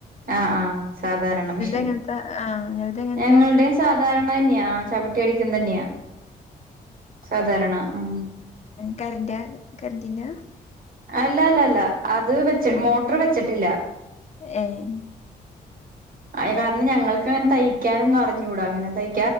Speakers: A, on the right; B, on the left.
A: ആ ആ സാധാരണ മെഷീൻ.
B: എങ്ങനത്തെ ആഹ് ഇങ്ങൾത് എങ്ങനത്തെ
A: ഞങ്ങൾടെയും സാധാരണന്നെയാ ചവിട്ടി അടിക്കുന്ന തന്നെയാ സാധാരണ ഉം
B: കറിന്റ കറന്റിന്റ
A: അല്ലല്ലല്ല അത് വെച്ച്
B: ഏഹ്
A: മോട്ടർ വെച്ചിട്ടില്ല
B: ഏഹ്
A: അ കാരണം ഞങ്ങൾക്ക് അങ്ങനെ തയ്ക്കാനൊന്നും അറിഞ്ഞൂടാ അങ്ങനെ തയ്